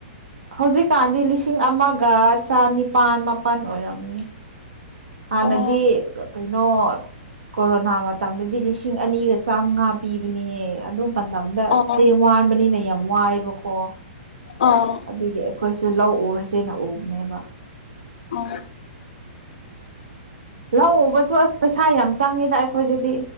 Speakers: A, on the right; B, on the left.
A: ꯍꯧꯖꯤꯛꯀꯥꯟꯗꯤ ꯂꯤꯁꯤꯡ ꯑꯃꯒ ꯆꯅꯤꯄꯥꯜ ꯃꯥꯄꯜ ꯑꯣꯏꯔꯝꯅꯤ ꯍꯥꯟꯅꯗꯤ
B: ꯑꯣ
A: ꯀꯩꯅꯣ ꯀꯣꯔꯣꯅꯥ ꯃꯇꯝꯗꯗꯤ ꯂꯤꯁꯤꯡ ꯑꯅꯤꯒ ꯆꯥꯝꯃꯉꯥ ꯄꯤꯕꯅꯦꯍꯦ ꯑꯗꯨꯝ ꯄꯥꯟꯗꯕ
B: ꯑꯣ
A: ꯆꯦꯡ ꯋꯥꯟꯕꯅꯤꯅ ꯌꯥꯝ ꯋꯥꯏꯕꯀꯣ
B: ꯑꯥ
A: ꯑꯗꯨꯒꯤ ꯑꯩꯈꯣꯏꯁꯨ ꯂꯧ ꯎꯔꯁꯦꯅ ꯎꯕꯅꯦꯕ
B: ꯑꯣ
A: ꯂꯧꯎꯕꯁꯨ ꯑꯁ ꯄꯩꯁꯥ ꯌꯥꯝ ꯆꯪꯉꯤꯗ ꯑꯩꯈꯣꯏꯗꯗꯤ